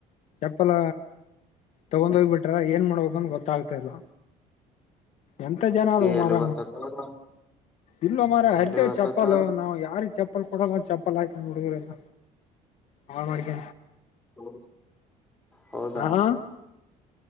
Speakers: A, on the left; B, in the centre.
A: ಚಪ್ಪಲ ತಗೊಂಡೋಗ್ಬಿಟ್ರ ಏನ್ ಮಾಡ್ಬೇಕಂತ ಗೊತ್ತಾಗ್ತ ಇಲ್ಲ ಎಂತ ಜನ ಆದ
B: ಎಲ್ಲಿ
A: ಮಾರ
B: ಗೊತ್ತತ್ತವ್ರ
A: ಇಲ್ಲ ಮಾರ ಅರಿತೇವ್
B: ಎಲ್ಲಿ ಗೊತ್ತತ್ತವ್ರ
A: ಚಪ್ಪಲ್ ನಾವು ಯಾರಿ ಚಪ್ಪ ಕೊಡ ಚಪ್ಪಲ ಹಾಕಿ ನಮ್ಮ ಹುಡುಗುರಲ್ಲ ಆಳ ಮಾಡಡ
B: ಹ್ಮ ಹೌದ
A: ಹಾ